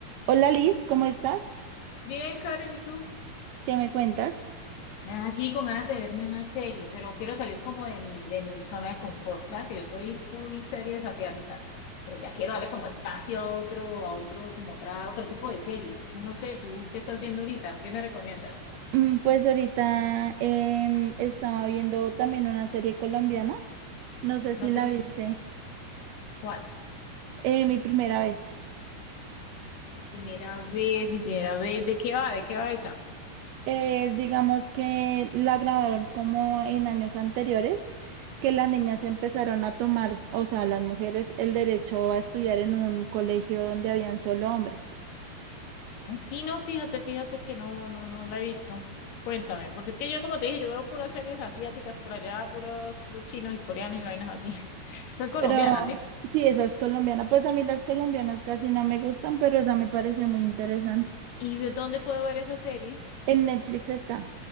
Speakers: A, on the right; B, on the left.
A: Hola Liz, ¿cómo estás?
B: Bien, Karen, ¿y tú?
A: ¿Qué me cuentas?
B: Nada, aquí con ganas de verme una serie, pero quiero salir como de mi, de mi zona de confort, ¿sabes? Que yo soy full series asiáticas, pero ya quiero darle como espacio a otro, a otro, como otra, otro tipo de serie. Entonces, no sé, ¿tú qué estás viendo ahorita? ¿Qué me recomiendas?
A: Mm, Pues ahorita em, estaba viendo también una serie colombiana, no sé
B: ¿Una
A: si
B: serie?
A: la viste,
B: ¿Cuál?
A: eh, mi primera vez.
B: Primera vez, mi primera vez. ¿De qué va? ¿De qué va esa?
A: Es, digamos que la grabaron como en años anteriores, que las niñas empezaron a tomar, o sea, las mujeres, el derecho a estudiar en un colegio donde habían solo hombres.
B: Ay, sí, no, fíjate, fíjate que no, no, no la he visto. Cuéntame, porque es que yo, como te dije, yo veo puras series asiáticas por allá, puros, puros chinos y coreanos y vainas así. <laughs> Esa es colombiana,
A: Pero
B: ¿sí?
A: sí, esa es colombiana. Pues a mí las colombianas casi no me gustan, pero esa me pareció muy interesante.
B: ¿Y dónde puedo ver esa serie?
A: En Netflix está.